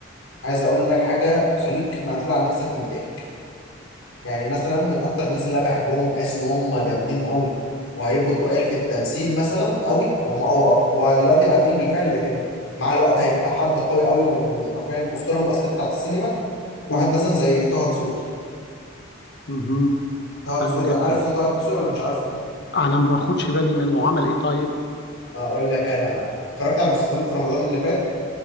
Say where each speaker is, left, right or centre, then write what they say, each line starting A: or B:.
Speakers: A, on the left; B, on the left.
A: عايز اقول لك حاجه خليك معتول على نفسك من ضحك يعني مثلا من اكتر الناس اللي انا بحبهم وبحس ان هم جامدين قوي وهيبقوا تقال في التمثيل مثلا قوي هم هو هو دلوقتي بقى تقيل بالفعل لكن مع الوقت هيبقى حد قوي قوي ومن حرفيا اسطوره من الاساطير بتاعت السينما واحد
B: مهم.
A: مثلا زي طه دسوقي
B: مهم.
A: طه
B: حلو
A: دسوقي
B: جدا
A: ده عارف طه دسوقي ولا مش عارفه
B: انا ما باخدش بالي منه عمل ايه طيب
A: هقول لك انا اتفرجت على مسلسلات في رمضان اللي فات